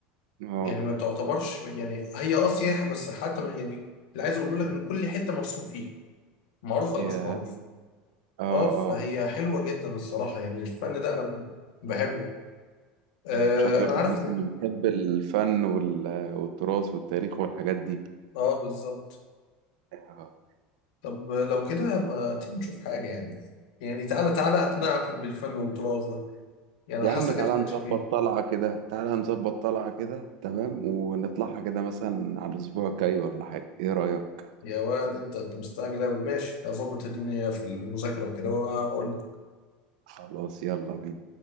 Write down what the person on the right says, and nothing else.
آه
يا
آه
آه
مم. شكلك
من الناس
اللي بتحب الفن وال... والتراث والتاريخ والحاجات دي
آه.
يا
عم
تعالى
نظبط
طلعة كده تعالى نظبط طلعة كده تمام ونطلعها كده مثلا على الأسبوع الجاي ولا حاجة إيه رأيك؟
خلاص يلا بينا